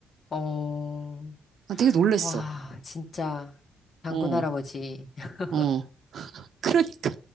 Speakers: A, on the left; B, on the right.
A: 어,
B: 아, 되게 놀랬어.
A: 와, 진짜. 장군
B: 어.
A: 할아버지. <laughs>
B: 어. 그러니까